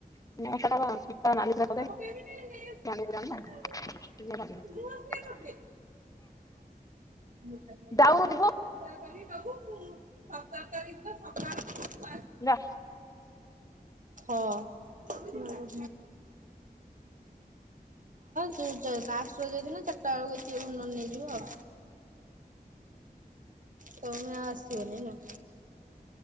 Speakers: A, on the left; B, on the right.
A: <unintelligible>
B: ପକେଇବେନି ନେଇ ଆସିବୁ ତୁ ଆଣିବୁ ଭାରି ଆଉ। ନୂଆ ସିଲେଇ କରିଦେ। ମୁଁ ଏକାଥର
A: ଡାଉନୁ
B: କହିବି ଦେ।
A: ଯିବୁ
B: ଏଥର କରିକି ଦବୁ ମୁଁ ସତର ତାରିଖ ଦିନ ସକାଳୁ ଯିବି ମୁଁ
A: ଯା।
B: ହଁ ହୁଁ। ହୁଁ ହଁ ଚୁ ଚ ଲାଷ୍ଟ ରଜ ଦିନ ଚାରଟା ବେଳକୁ କେଉନୁ ନହେଲେ ନେଇଯିବ। ତମେ ଆସିିବନି ନା।